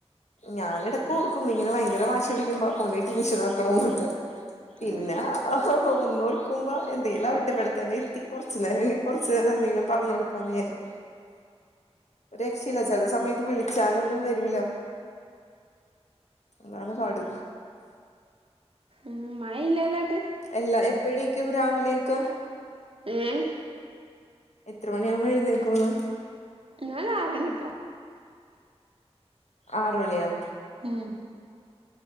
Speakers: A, on the left; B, on the right.
A: ഞാനെടക്ക് ഓർക്കും ഇങ്ങനെയങ്കര വാശി പിടിക്കുമ്പോ കൊണ്ടോയി ട്യൂഷന് ആക്കണന്നൊക്കെ പിന്ന
B: ഉം.
A: ആഹാ ഒന്നോർക്കുമ്പോ എന്തേലും ആവട്ടെ ഇവിടെ തന്നെ ഇരുത്തി കൊറച്ചു നേരംങ്കി കുറച്ചു നേരം എന്തെങ്കിലും പറഞ്ഞു കൊടുക്കാന്ന് വിചാരിക്കും രക്ഷല്ല ചെല സമയത്ത് വിളിച്ചാലൊന്നും വരുല അതാണ് പാട്
B: ഉമ് മഴ ഇല്ലല്ലാട്ട്
A: എല്ലാ എപ്പഴേക്കും രാവിലെയൊക്കെ
B: ഏഹ്
A: എത്ര മണിയ ആവുമ്പോ എഴുന്നേക്കോന്ന്
B: ഞാൻ ആറണിക്കോ
A: ആറ് മണിയാ
B: ഉം